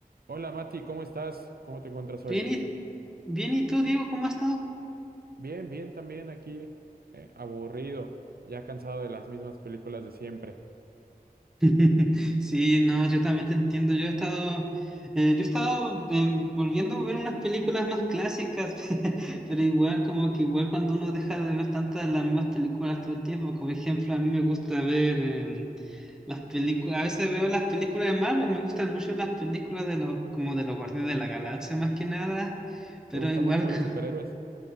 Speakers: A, on the right; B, in the centre.
A: Hola Mati, ¿cómo estás? ¿Cómo te encuentras hoy?
B: Bien y, bien, ¿y tú, Diego, cómo has estado?
A: Bien, bien también aquí, eh, aburrido, ya cansado de las mismas películas de siempre.
B: <laughs> Sí, no, yo también te entiendo. Yo he estado, eh, yo he estado eh, volviendo a ver unas películas más clásicas, <laughs> pero igual, como que igual cuando uno deja de ver tantas de las mismas películas todo el tiempo, como ejemplo, a mí me gusta ver em, las películas, a veces veo las películas de Marvel, me gustan mucho las películas de los, como de los Guardianes de la Galaxia más que nada, pero
A: ¿Te gustan
B: igual
A: mucho los
B: <laughs>
A: superhéroes?